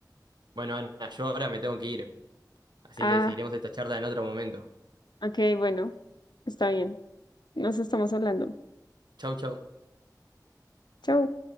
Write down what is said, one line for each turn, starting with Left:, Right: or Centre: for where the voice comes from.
Right: Bueno, Ana, yo ahora me tengo que ir. Así
Left: Ah,
Right: que seguiremos esta charla en otro momento.
Left: ok, bueno, está bien. Nos estamos hablando.
Right: Chau, chau.
Left: Chau.